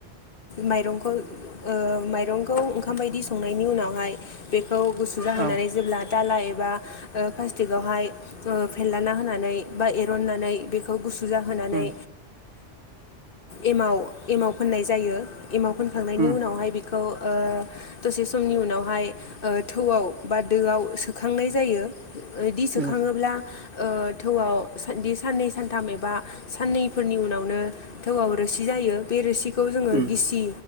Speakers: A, on the left; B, on the right.
A: माइरंखौ माइरंखौ ओंखाम बायदि संनायनि उनावहाय बे खौ गुसु जाहैानै
B: औ
A: जेब्ला दाला एबा प्लास्टिकआवहाय फेनलाना होनानै बा एरननानै बेखौ गुसु जाहोनानै
B: उम
A: एमाव एमाव फोननाय जायो एमाव फोनखांनायनि
B: उम
A: उनावहाय बेखौ। दसे समनि उनावहाय थौआव बा दोआव सोखांनाय जायो। बिदि सोखाङोब्ला
B: उम
A: थौ बे साननै सानथाम एबा साननैफोरनि उनावनो थौआव रोसि जायो बे रोसि खौ जोङो
B: उम
A: गिसि